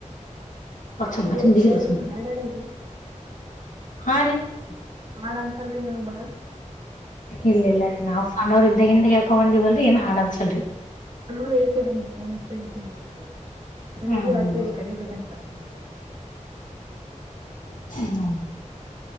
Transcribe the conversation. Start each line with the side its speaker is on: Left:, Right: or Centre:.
Left: ಪಾಮ
Right: ಆ ವರ್ಡ್ಸ್
Left: ಪಮ ದ ಗಲ್ಲ
Right: ಬಾಳ
Left: ಸಂದ
Right: ನಿಮ್ಗ್ ಹಾರ್ಡ್ ಆಗಲ್ರಿ
Left: ಹಾ ರೀ <unintelligible>
Right: ಮಾಡಾ ಅನ್ಸಲ್ರಿ ನೀವ ಬಾಳ್
Left: ಇಲ್ಲ ಇಿಲ್ಲ ರೀ ನ ಹಾಫ್ ಅನ್ ಅವರ್ ಇದ್ದ ಹಿಂದ ಹೇಳ್ಕೊ ಬಂದಿವವಲ್ರಿ ಏನ್ ಹಾಡನ್ಸಲ್ರರಿ
Right: ನಾನರು ಹೇಳ್ ಕೊಡನೆ <unintelligible> ನನಗೂ
Left: ಹ್ಮ್
Right: ಆಸೆ ರೀ ಕಲಿಬೇಕಂತ <inaudible> ಹ್ಮ್
Left: ಹ <unintelligible>